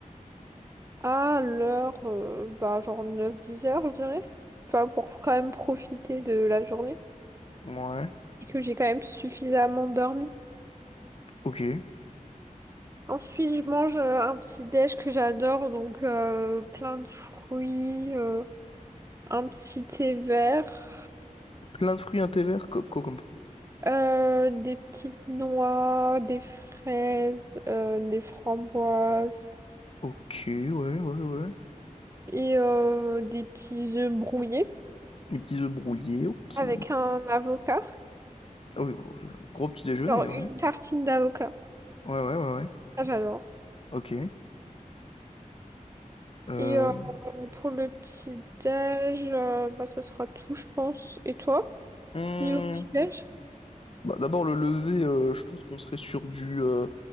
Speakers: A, on the right; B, on the left.
A: à l'heure euh, bah genre neuf dix heures je dirais. Tu vois, pour quand même profiter de la journée
B: Ouais.
A: et que j'ai quand même suffisamment dormi.
B: Ok.
A: Ensuite je mange euh, un petit déj que j'adore donc euh, plein de fruits, euh, un petit thé vert.
B: Plein de fruits, un thé vert, co- quoi comme fruit?
A: Euh, des petites noix, des fraises, euh, des framboises
B: Ok, ouais, ouais, ouais.
A: et euh, des petits œufs brouillés
B: Des petits œufs brouillés, ok.
A: avec un avocat.
B: Ah oui, bon, euh, gros petit déjeuner,
A: Genre
B: ouais.
A: une tartine d'avocat.
B: Ouais, ouais, ouais, ouais.
A: Ça, j'adore.
B: Ok. Euh...
A: Et euh, pour le petit déj, euh, bah, ça sera tout, je pense. Et toi,
B: mmh.
A: niveau petit déj?
B: Bah, d'abord, le lever, euh, je pense qu'on serait sur du. euh,